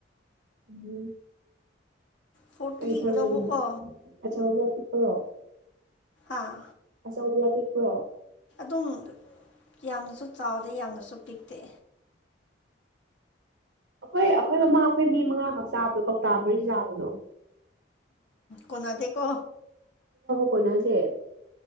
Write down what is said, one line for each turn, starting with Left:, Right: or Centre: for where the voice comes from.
Right: ꯎꯝ
Left: ꯐꯣꯔꯇꯤꯒꯤ
Right: ꯀꯩ ꯊꯥꯔꯣꯏꯗꯣ
Left: ꯂꯧꯕꯀꯣ
Right: ꯑꯆꯧꯕ ꯄꯤꯛꯄꯔꯣ
Left: ꯑꯥ
Right: ꯑꯆꯧꯕꯔꯣ ꯄꯤꯛꯄ꯭ꯔꯣ
Left: ꯑꯗꯨꯝ ꯌꯥꯝꯅꯁꯨ ꯆꯥꯎꯗꯦ ꯌꯥꯝꯅꯁꯨ ꯄꯤꯛꯇꯦ
Right: ꯑꯩꯈꯣꯏ ꯑꯩꯈꯣꯏ ꯃꯃꯥ ꯑꯩꯈꯣꯏ ꯃꯤ ꯃꯉꯥꯈꯛ ꯆꯥꯕꯗꯣ ꯀꯣꯛꯇꯥ ꯃꯔꯤ ꯆꯥꯕꯗꯣ
Left: ꯀꯣꯅꯥꯗꯦ ꯀꯣ
Right: ꯀꯣꯅꯗꯦ